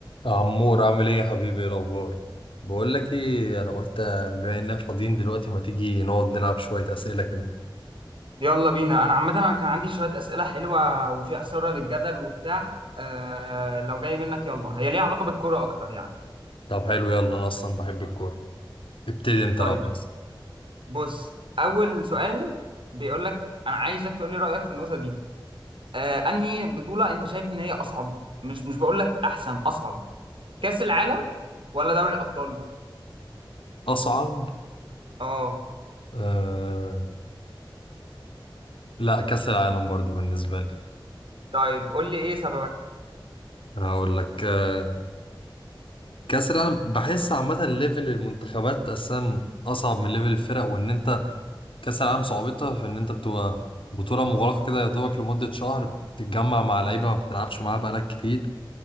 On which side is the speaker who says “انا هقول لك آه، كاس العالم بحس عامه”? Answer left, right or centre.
Left